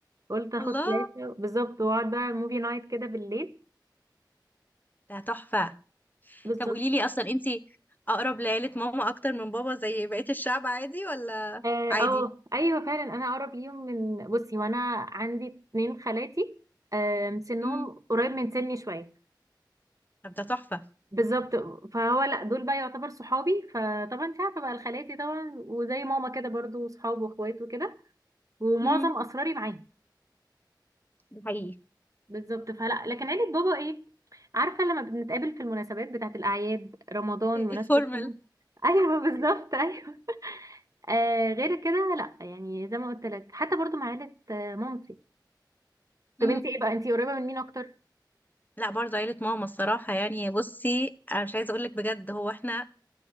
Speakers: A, on the right; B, on the left.
A: قلت
B: <laughs>
A: أخد
B: الله
A: فلاشة بالظبط وأقعد بقى موفي نايت كده بالليل
B: ده تحفه
A: بالظبط
B: طب قولي لي اصلا انت اقرب لعيله ماما اكتر من بابا زي بقيه الشعب عادي ولا
A: اه
B: عادي
A: آه، ايوه فعلا انا اقرب ليهم من بصي وانا عندي اتنين خالاتي آم، سنهم
B: مم.
A: قريب من سني شوية
B: طب ده تحفه
A: بالظبط فهو لا دول بقى يعتبر صحابي فطبعا انت عارفه بقى الخالاتي طبعا وزي ماما كده برضو صحاب واخوات وكده ومعظم
B: مم.
A: اسراري معاهم
B: ده حقيقي
A: بالظبط فلا لكن عيله بابا ايه عارفه لما بنتقابل في المناسبات بتاعه الاعياد رمضان مناسبه
B: الفورمال
A: رمضان <laughs> ايوه بالظبط ايوه آه غير كده لا يعني زي ما قلت لك حتى برضو مع عيله آه، مامتي طب
B: مم.
A: انت ايه بقى انت قريبه من مين اكتر
B: لا برضه عيله ماما الصراحه يعني بصي انا مش عايزه اقول لك بجد هو احنا